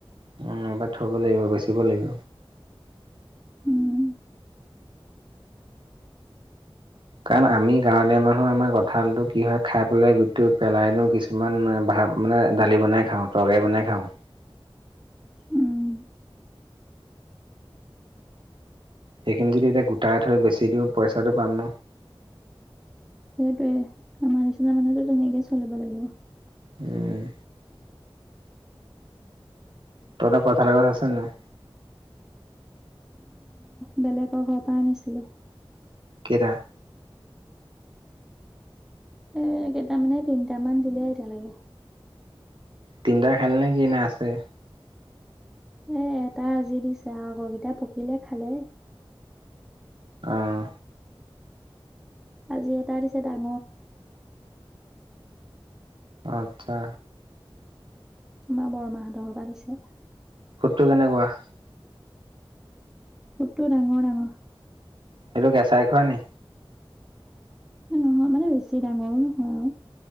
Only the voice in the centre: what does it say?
উম।
উম
সেইটোৱে, আমাৰ নিচিনা মানুহেতো তেনেকে চলিব লাগিব।
বেলেগ ঘপা আনিছিলো।
এ কেটা মানে তিনটামান দিলে এতিয়ালৈকে।
এ এটা আজি দিছে আৱ আগকিটা পকিলে খালে।
আজি এটা দিছে ডাঙৰ।
তোমাৰ বৰমাহঁতৰ ঘৰৰপৰা দিছে।
ফুটটো ডাঙৰ ডাঙৰ।
নহয় মানে বেছি ডাঙৰো নহয় আৰু।